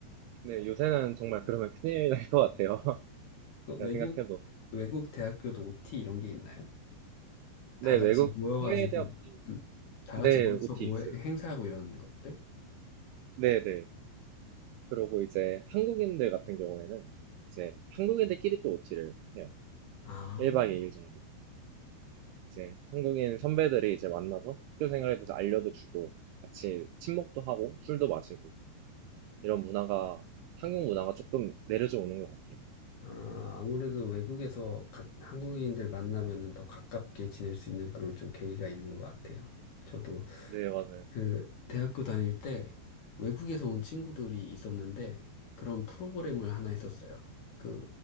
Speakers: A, on the right (about 85°); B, on the left (about 55°).
A: 네, 요새는 정말 그러면 큰일 날 것 같아요. <laughs> 제가
B: 외국,
A: 생각해도.
B: 외국 대학교도 OT 이런 게 있나요?
A: 네,
B: 다 같이
A: 외국
B: 모여가지고,
A: 해외 대학,
B: 음, 다
A: 네,
B: 같이 모여서
A: OT
B: 뭐
A: 있어요.
B: 해- 행사하고 이런 것들?
A: 네, 네. 그러고 이제 한국인들 같은 경우에는 이제 한국인들끼리 또 OT를 해요.
B: 아,
A: 1박 2일 정도. 이제 한국인 선배들이 이제 만나서 학교 생활에 대해서 알려도 주고 같이 친목도 하고 술도 마시고 이런 문화가 한국 문화가 조금 내려져 오는 것 같아요.
B: 아, 아무래도 외국에서 가- 한국인들 만나면은 더 가깝게 지낼 수 있는 그런 좀 계기가 있는 것 같아요. 저도
A: 네, 맞아요.
B: 그 대학교 다닐 때 외국에서 온 친구들이 있었는데 그런 프로그램을 하나 했었어요. 그